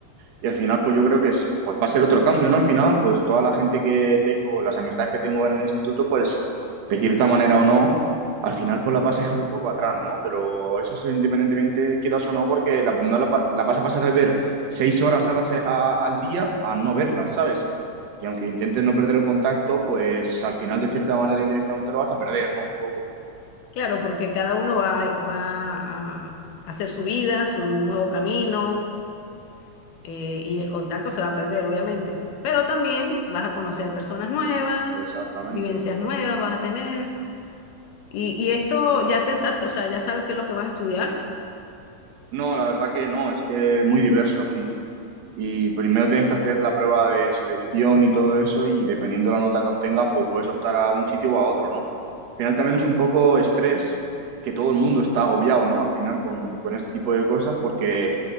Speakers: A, on the right; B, on the left.
A: Y al final, pues yo creo que es, pues va a ser otro cambio, ¿no? Al final, pues toda la gente que tengo, las amistades que tengo en el instituto, pues de cierta manera o no, al final pues las vas a dejar un poco atrás, ¿no? Pero eso es independientemente quieras o no, porque la- no la, va- la vas a pasar de ver seis horas a la se- a- al día a no verlas, ¿sabes? Y aunque intentes no perder el contacto, pues al final de cierta manera indirectamente lo vas a perder, ¿no? Un poco.
B: Claro, porque cada uno va, va a hacer su vida, su nuevo camino, eh, y el contacto se va a perder, obviamente. Pero también vas a conocer personas nuevas,
A: Exactamente.
B: vivencias nuevas vas a tener. Y, y esto ya pensaste, o sea, ya sabes qué es lo que vas a estudiar.
A: No, la verdad que no, es que es muy diverso aquí. Y primero tienes que hacer la prueba de selección y todo eso, y dependiendo de la nota que obtengas, pues puedes optar a un sitio o a otro, ¿no? Al final también es un poco estrés, que todo el mundo está agobiado, ¿no? Al final con, con este tipo de cosas, porque